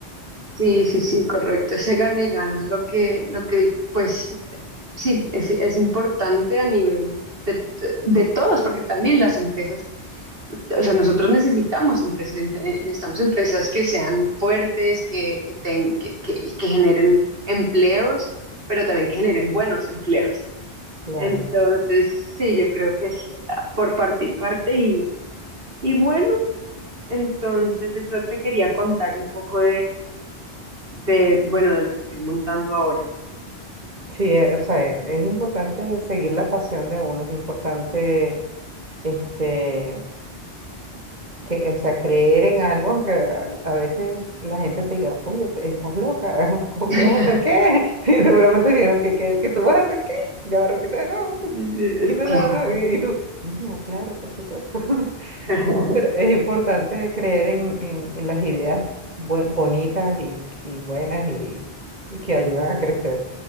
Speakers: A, on the right; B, on the right.
A: Sí, sí, sí, correcto. Ese gana y gana es lo que, lo que, pues, eh, sí, es, es importante a nivel de, de todos, porque también las empresas, o sea, nosotros necesitamos empresas, ente- necesitamos empresas que sean fuertes, que, que, ten- que, que, y que generen empleos, pero también que generen buenos <laughs> empleos.
B: Claro.
A: Entonces, sí, yo creo que es ah, por parte y parte y, y bueno, entonces eso te quería contar un poco de, bueno, de lo que estoy montando ahora.
B: Sí, eh, o sea, e- es importante seguir la pasión de uno, es importante, este, que, o sea, creer en algo, aunque a, a veces la gente te diga, oye, te- estás loca, <laughs> ¿cómo
A: <laughs>
B: que vas a hacer qué? <laughs> Sí, seguramente dijeron que, que, que tú vas a hacer qué, ya va, repite de nuevo, <laughs>
A: Es-
B: dímelo
A: Claro.
B: de nuevo, y, y tú, niña, claro, por supuesto, <laughs>
A: <laughs>
B: pero es importante creer en, en, en las ideas bue- bonitas y, y buenas y, y que ayudan a crecer